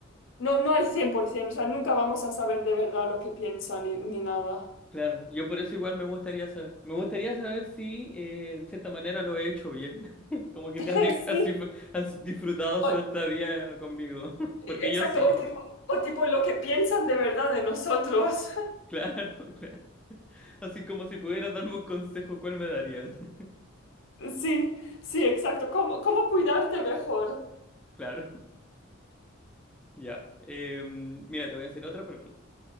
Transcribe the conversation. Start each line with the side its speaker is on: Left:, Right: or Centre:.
Left: no, no al 100%, o sea, nunca vamos a saber de verdad lo que piensan ni, ni nada.
Centre: Claro, yo por eso igual me gustaría saber. Me gustaría saber si eh, de cierta manera lo he hecho bien. <laughs> Como que
Left: <laughs>
Centre: se han, di- así
Left: Sí,
Centre: fue- han s- disfrutado su
Left: o-
Centre: estadía conmigo. <laughs> Porque
Left: exacto,
Centre: yo sí.
Left: o tipo,
Centre: <laughs>
Left: o tipo lo que piensan de verdad de nosotros.
Centre: Claro, claro. Así como si pudieras darme un consejo, ¿cuál me darías? <laughs>
Left: Sí, sí, exacto. ¿Cómo, cómo cuidarte mejor?
Centre: Claro, ya. Em, mira, te voy a hacer otra pregunta.